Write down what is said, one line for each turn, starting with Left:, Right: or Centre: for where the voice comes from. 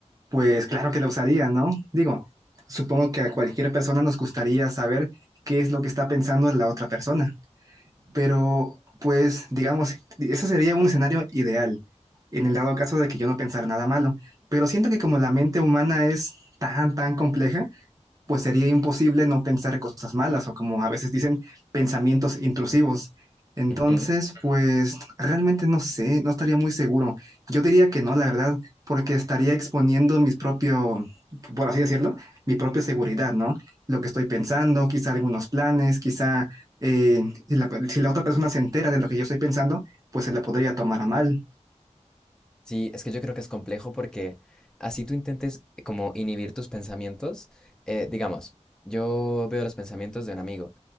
Right: pues claro que lo usaría, ¿no? Digo, supongo que a cualquier persona nos gustaría saber qué es lo que está pensando la otra persona. Pero, pues, digamos, ese sería un escenario ideal, en el dado caso de que yo no pensara nada malo. Pero siento que como la mente humana es tan, tan compleja, pues sería imposible no pensar cosas malas o como a veces dicen, pensamientos intrusivos. Entonces,
Centre: Ujú.
Right: pues realmente no sé, no estaría muy seguro. Yo diría que no, la verdad, porque estaría exponiendo mis propio, por así decirlo, mi propia seguridad, ¿no? Lo que estoy pensando, quizá algunos planes, quizá eh, la- si la otra persona se entera de lo que yo estoy pensando, pues se la podría tomar a mal.
Centre: Sí, es que yo creo que es complejo porque así tú intentes como inhibir tus pensamientos, eh, digamos, yo veo los pensamientos de un amigo